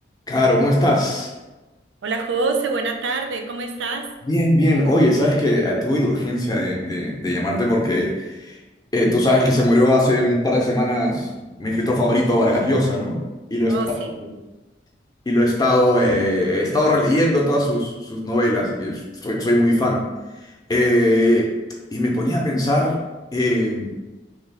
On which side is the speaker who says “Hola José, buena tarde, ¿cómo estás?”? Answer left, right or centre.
Right